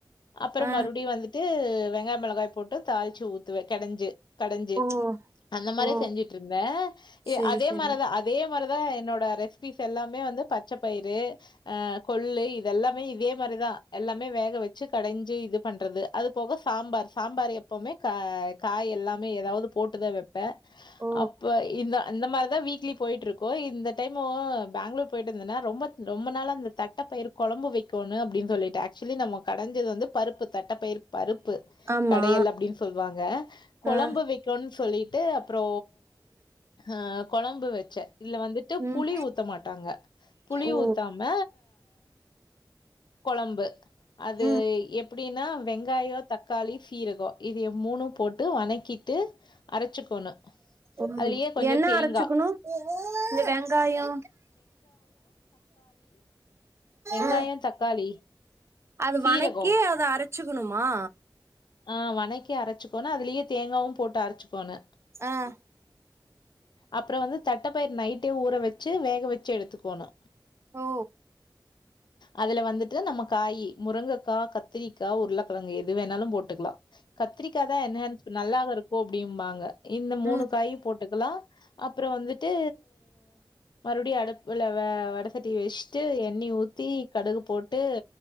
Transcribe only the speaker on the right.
ஆ
ஓ
ஓ
செரி
செரி
ஓ
ஆமா
ஆ
ம்
ஓ
ம்
ம்
என்ன
அரச்சுக்கணு இந்த வெங்காயோ
ஆ
அது
வணக்கி அத அரச்சுக்கணுமா
ஆ
ஓ
ம்